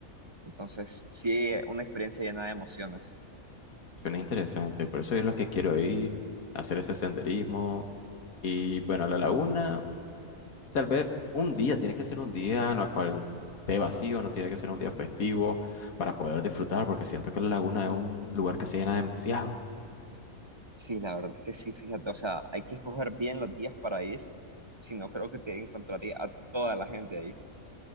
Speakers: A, on the right; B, on the left.
A: Entonces, sí, una experiencia llena de emociones.
B: Suena interesante. Por eso es lo que quiero ir, hacer ese senderismo. Y bueno, a la laguna. Tal vez un día, tiene que ser un día en el cual esté vacío, no tiene que ser un día festivo para poder disfrutar, porque siento que la laguna es un lugar que se llena demasiado.
A: Sí, la verdad es que sí, fíjate. O sea, hay que escoger bien los días para ir, si no creo que te encontraría a toda la gente ahí.